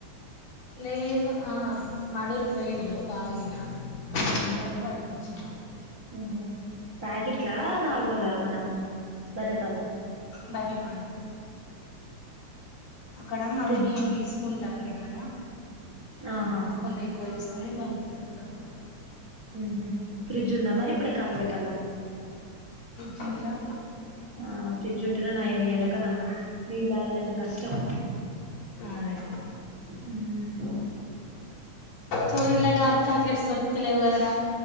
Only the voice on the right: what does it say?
ఊహు
ఊహు ప్యాకెట్లా నార్మలా మన బర్రెపాలా
ఫ్రిడ్జ్
ఆహా
ఉహు ఫ్రిడ్జ్ ఉందా మరి ఇప్పుడే కాగబెట్టాల్ల
ఆ ఫ్రిడ్జ్ ఉంటునే నయం ఈ ఎండకాలం నీళ్ళు తాగాలంటే కష్టం
హుమ్